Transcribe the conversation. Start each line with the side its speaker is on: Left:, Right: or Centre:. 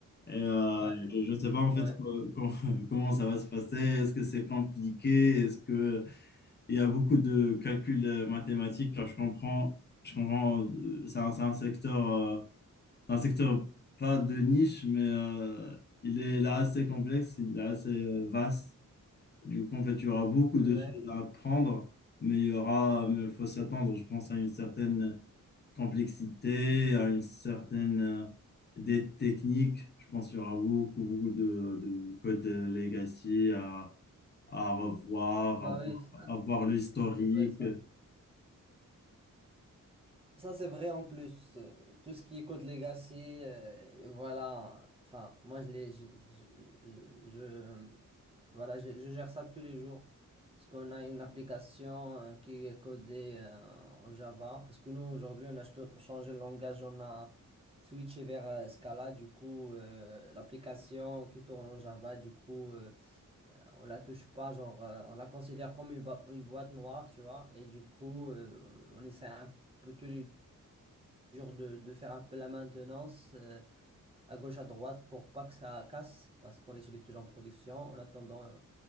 Left: Et euh,
Right: Ouais.
Left: je ne sais pas, en fait,
Right: Ouais.
Left: co- com- <laughs> comment ça va se passer. Est-ce que c'est compliqué? Est-ce que il y a beaucoup de calculs euh, mathématiques, car je comprends, je comprends, euh, c'est un, c'est un secteur, euh, c'est un secteur pas de niche, mais euh, il est là assez complexe, il est assez euh, vaste. Du coup, en fait, il y aura beaucoup
Right: Ouais.
Left: de choses à apprendre, mais il y aura, mais il faut s'attendre, je pense, à une certaine complexité, à une certaine, euh, des techniques. Je pense qu'il y aura beaucoup, beaucoup de, de codes legacy à, à revoir,
Right: Bah
Left: à voir
Right: oui, ça,
Left: à voir l'historique,
Right: c'est vrai ça. Ça, c'est vrai en plus. Euh, Tout ce qui est Code Legacy, euh, et voilà. Enfin, moi, je, l'ai- je, je, je- je- voilà, je, je gère ça tous les jours. Parce qu'on a une application euh, qui est codée euh, en Java. Parce que nous, aujourd'hui, on a ch- changé le langage, on a switché vers euh, Scala. Du coup, euh, l'application qui tourne en Java, du coup, euh, on la touche pas. Genre, euh, on la considère comme une, bo- une boîte noire, tu vois. Et du coup, euh, on essaie un peu tous les genre de, de faire un peu la maintenance euh, à gauche, à droite pour pas que ça casse, parce qu'on l'utilise toujours en production, en attendant euh,